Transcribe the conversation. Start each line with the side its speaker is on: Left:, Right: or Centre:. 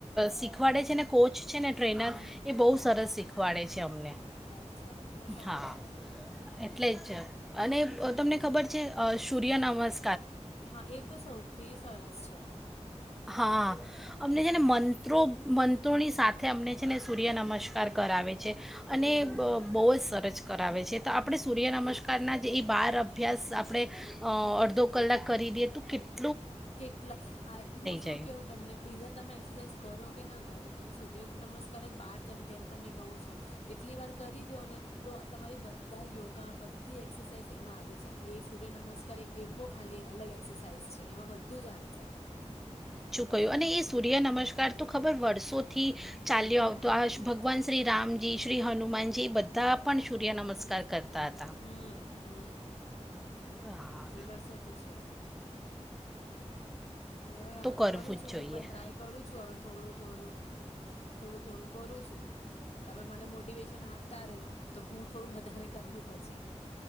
Centre: શીખવાડે છે ને કોચ છે ને ટ્રેનર,
Left: હમ
Centre: એ બહુ સરસ શીખવાડે છે અમને.
Left: અચ્છા તો સારું
Centre: હા,
Left: છે
Centre: એટલે જ અને
Left: હમ
Centre: તમને ખબર છે સૂર્ય નમસ્
Left: હા એ તો સૌથી સરસ છે.
Centre: હા. અમને
Left: હમ
Centre: છે ને મંત્રો મ ની સાથે અમને છે સૂર્ય નમસ્કાર કરાવે છે, અને
Left: ઓહ
Centre: બૂ જ સરસ કરાવે છે તો આપણે સૂર્ય નમસ્કારના જ એ બાર અભ્યાસ આપણે, અડધો કલાક કરી દઈએ તો કેટ
Left: કેટલા, હું શું
Centre: જાય
Left: કેવું તમને બીજા તમે એક્સરસાઇઝ કરો કે ના ર તમે સૂર્ય નમસ્કાર જ બાર જેમ તમે કહો છો, એટલી વાર કરી દો ને તો તમારી બધા યોગા બધી એક્સરસાઇઝ એમાં આવી જાય એ સૂર્ય નમસ્કાર કરે એવો ખાલી એક અલગ એક્સરસાઇઝ છે. એમાં બધું જ આવી જાય.
Centre: યો અને એ સૂર્ય નમસ્કાર તો ખબર વર્ષોથી ચાલ્યો
Left: હમ
Centre: આવતો આ ભગવાન
Left: ચાલ
Centre: શ્રી રામજી શ્રી હનુમાનજી બધા પણ સૂર્ય નમસ્કાર કરતા હતા.
Left: હમ હમ.
Centre: હા.
Left: એ વર્ષોથી છે. તો હવે
Centre: કરવું
Left: કરું
Centre: જ
Left: છું
Centre: જોઈએ
Left: હું પણ ટ્રાય કરું છું હવે થોડું થોડું. થોડું થોડું. કરું છું, તમે મને મોટિવેશન આપતા રહ્યો. તો હું થોડું વધારે કરવું પછી.